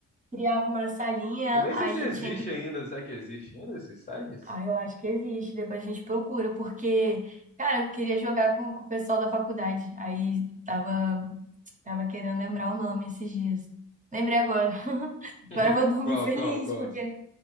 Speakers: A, on the right (about 25°); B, on the left (about 20°).
A: criava uma salinha,
B: Eu nem
A: aí
B: sei se existe
A: tinha que.
B: ainda, será que existe ainda esses sites?
A: Ah, eu acho que existe, depois a gente procura, porque, cara, eu queria jogar com, com o pessoal da faculdade, aí tava, tava querendo lembrar o nome esses dias. Lembrei agora. <laughs>
B: <laughs>
A: Agora eu vou dormir
B: Qual,
A: <laughs> feliz,
B: qual, qual?
A: porque